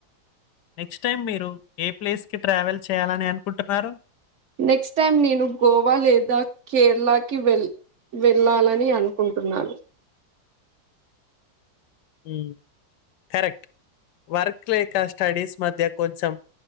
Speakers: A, on the left; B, on the right.
A: నెక్స్ట్ టైమ్ మీరు ఏ ప్లేస్ కి ట్రావెల్ చేయాలని అనుకుంటున్నారు
B: నెక్స్ట్ టైం నేను గోవా లేదా కేరళకి వెళ్ళ వెళ్ళాలని అనుకుంటున్నాను
A: ఉమ్ కరెక్ట్ వర్క్ లేక స్టడీస్ మధ్య కొంచెం